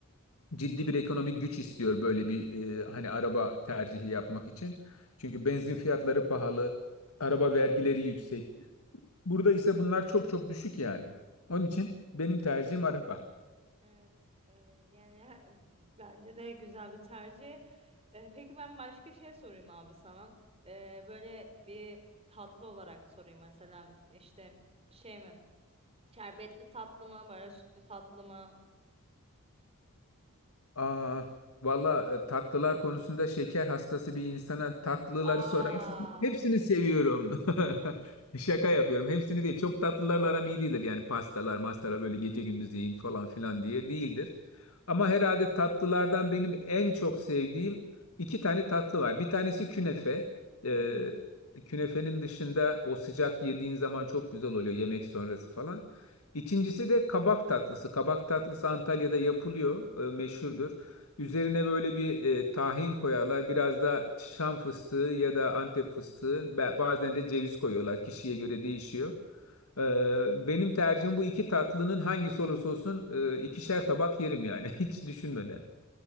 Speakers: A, on the left (about 75°); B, on the right (about 25°).
A: ciddi bir ekonomik güç istiyor böyle bir e, hani araba tercihi yapmak için. Çünkü benzin fiyatları pahalı, araba vergileri yüksek. Burada ise bunlar çok çok düşük yani. Onun için benim tercihim araba.
B: Evet, e, yani ha- bence de güzel bir tercih. E, peki ben başka şey sorayım abi sana. E, böyle bir tatlı olarak sorayım mesela işte şey mi? Şerbetli tatlı mı? Böyle sütlü tatlı mı?
A: Aa, valla e, tatlılar konusunda şeker hastası bir insana tatlıları
B: Aa.
A: sorarsan hepsini seviyorum.
B: <laughs>
A: <laughs> Şaka yapıyorum. Hepsini değil. Çok tatlılarla aram iyi değildir. Yani pastalar, mastalar böyle gece gündüz yiyeyim falan filan diye değildir. Ama herhalde tatlılardan benim en çok sevdiğim iki tane tatlı var. Bir tanesi künefe.
B: Hı
A: Ee,
B: hı.
A: künefenin dışında o sıcak yediğin zaman çok güzel oluyor yemek sonrası falan. İkincisi de kabak tatlısı. Kabak tatlısı Antalya'da yapılıyor, e, meşhurdur. Üzerine böyle bir e, tahin koyarlar. Biraz da Şam fıstığı ya da Antep fıstığı, be- bazen de ceviz koyuyorlar. Kişiye göre değişiyor. E, benim tercihim bu iki tatlının hangisi olursa olsun e, ikişer tabak yerim yani <laughs> hiç düşünmeden.